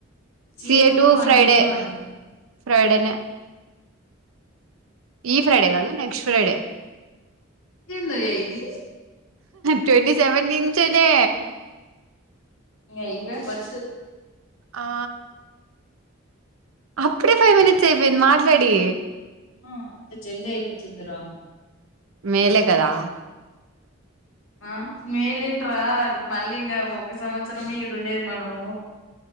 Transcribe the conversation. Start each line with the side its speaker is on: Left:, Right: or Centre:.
Left: సియటు
Right: సిఏ టు
Left: కూడా వన్
Right: ఫ్రైడే
Left: వీక్ లో ఉండి
Right: ఫ్రైడేనే ఈ ఫ్రైడే కాదు నెక్స్ట్ ఫ్రైడే
Left: ఇదిేందయ ఇది
Right: ట్వంటీ సెవెన్ ఇంచనే
Left: న ఇవే మత్
Right: ఆ అప్పుడే ఫైవ్ మనిట్స్ అయిపోయింది మాట్లాడి
Left: ఆ ఎంత జల్లి అయిపోతుందిరా
Right: మేలే కదా
Left: ఆ మేలేంట రా మళ్ళీ ఇంకా ఒక సంవత్సరమే ఈడుండేది మనము